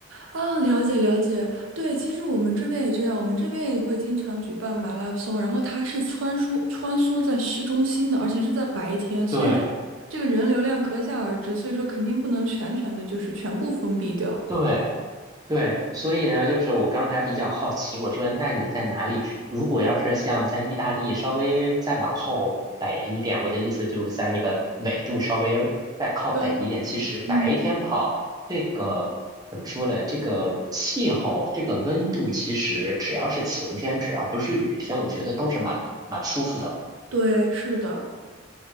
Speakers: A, on the right; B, on the right.
A: 啊，了解了解。对，其实我们这边也这样，我们这边也会经常举办马拉松，然后它是穿梭穿梭在市中心的，而且是在白天，所以说这个人流量可想而知，
B: 对
A: 所以说肯定不能全全的就是全部封闭掉。
B: 对对，所以呢，就是我刚才比较好奇，我说那你在哪里？如果要是像在意大利稍微再往后北一点，我的意思就是在那个纬度稍微再靠北一点，
A: 对啊
B: 其实白天跑这个怎么说呢？
A: 嗯，
B: 这个气候，这个温度，其实只要是晴天，只要不是雨天，我觉得都是蛮蛮舒服的。
A: 对，是的。